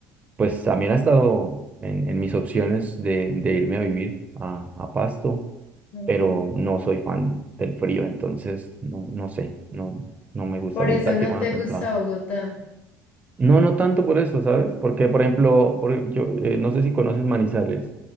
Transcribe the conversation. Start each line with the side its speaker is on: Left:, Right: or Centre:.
Right: Pues también ha estado en, en mis opciones de, de irme a vivir a, a Pasto
Left: Ujú.
Right: pero no soy fan del frío, entonces no, no sé, no, no me gusta,
Left: Por
Right: me
Left: eso
Right: gusta el
Left: no
Right: clima
Left: te
Right: templado.
Left: gusta Bogotá.
Right: No, no tanto por eso, ¿sabes? Porque, por ejemplo, por ej- yo, eh, no sé si conoces Manizales.